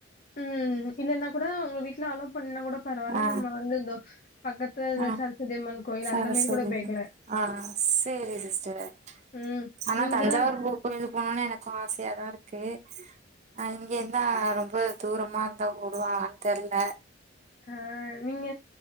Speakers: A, on the left (about 40°); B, on the right (about 35°).
A: ம் இல்லன்னா கூட உங்க வீட்ல அலோ பண்லனா கூட பரவால்ல
B: ஆ
A: நம்ம வந்து இதோ பக்கத்துல
B: ஆ
A: சரஸ்வதியம்மன் கோயில்
B: சரஸ்வதி
A: அந்த மாரி கூட போய்க்குலா
B: ஆ சேரி சிஸ்டர்
A: ம்
B: ஆனா
A: நீங்க
B: தஞ்சாவூர்
A: கூட
B: போ கோயிலுக்கு போணுனு எனக்கு ஆசையாதா இருக்கு நா இங்க இருந்தா ரொம்ப தூரமா இருந்தா உடுவாங்களான்னு தெர்ல
A: ஆஹ் நீங்க